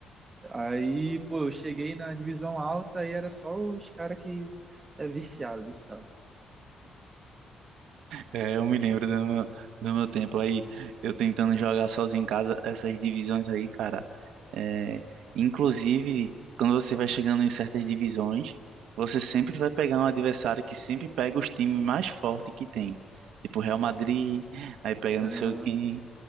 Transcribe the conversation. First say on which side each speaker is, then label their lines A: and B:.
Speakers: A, on the right; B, on the right.
A: Aí, pô, eu cheguei na divisão alta e era só os caras que é viciado, viciado.
B: É, eu me lembro do meu, do meu tempo aí, eu tentando jogar sozinho em casa essas divisões aí, cara. É, inclusive, quando você vai chegando em certas divisões, você sempre vai pegar um adversário que sempre pega os times mais fortes que tem. Tipo Real Madrid, aí pega
A: Ah,
B: não sei quem,